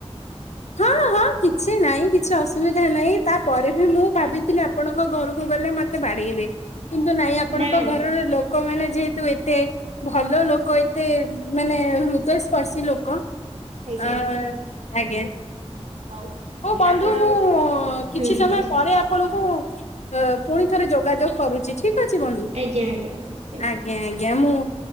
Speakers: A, on the left; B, on the right.
A: ହଁ ହଁ କିଛି ନାହିଁ କିଛି ଅସୁବିଧା ନାହିଁ ତାପରେ ବି ମୁଁ ଭାବିଥିଲି ଆପଣଙ୍କ ଘରକୁ। ମୁଁ ଗଲେ ମତେ ବାଢେଇବେ କିନ୍ତୁ ନାଇଁ ଆପଣଙ୍କ
B: ନା ନା।
A: ଘରର ଲୋକମାନେ। ଯେହେତୁ ଏତେ ଭଲ ଲୋକ ଏତେ ମାନେ ହୃଦୟସ୍ପର୍ଶୀ ଲୋକ।
B: ଆଜ୍ଞା
A: ହଁ ଆଜ୍ଞା।
B: ହଉ।
A: ହଉ ବନ୍ଧୁ
B: ଆପଣ
A: ମୁଁ
B: ହୁଁ
A: କିଛି ସମୟ
B: ହୁଁ
A: ପରେ ଆପଣଙ୍କୁ। ତ ପୁଣି ଥରେ ଯୋଗାଯୋଗ କରୁଛି ଠିକ ଅଛି ବନ୍ଧୁ।
B: ଆଜ୍ଞା ଆଜ୍ଞା ନିଶ୍ଚିନ୍ତ
A: ଆଜ୍ଞା ମୁଁ